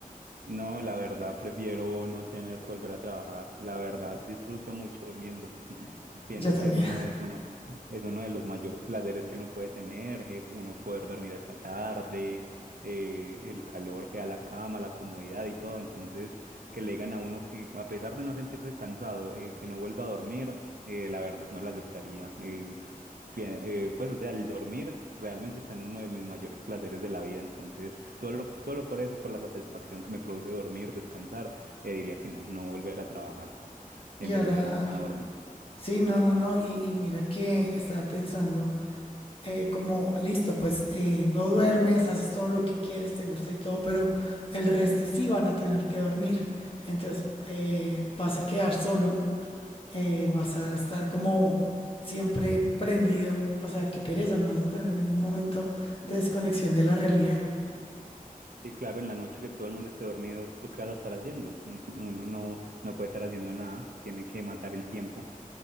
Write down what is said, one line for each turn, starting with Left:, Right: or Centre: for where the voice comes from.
Right: No, la verdad prefiero no tener que volver a trabajar. La verdad disfruto mucho durmiendo. <laughs> Pienso
Left: Yo también.
Right: que es uno de, uno, es uno de los mayores placeres que uno puede tener, eh, uno poder dormir hasta tarde, eh, el calor que da la cama, la comodidad y todo. Entonces, que le digan a uno que a pesar de no sentirse cansado, eh, que no vuelva a dormir, eh, la verdad no lo aceptaría. Eh, que, eh, pues, o sea, el dormir realmente está en uno de mis mayores placeres de la vida, entonces solo, solo por eso, por la satisfacción que me produce dormir, descansar, eh, diría que no, no volver a trabajar en
Left: Y ahora,
Right: vez de no dormir.
Left: sí, no, no, no. Y, y mira que estaba pensando. eh, como listo, pues eh, no duermes, haces todo lo que quieres, te gusta y todo, pero el resto sí van a tener que dormir. Entonces eh, vas a quedar solo, eh, vas a estar como siempre prendido, o sea, qué pereza, no vas a tener ningún momento de desconexión de la realidad.
Right: Sí, claro, en la noche que todo el mundo esté dormido, ¿tú qué vas a estar haciendo? <laughs> Uno no, no puede estar haciendo nada, tiene que matar el tiempo.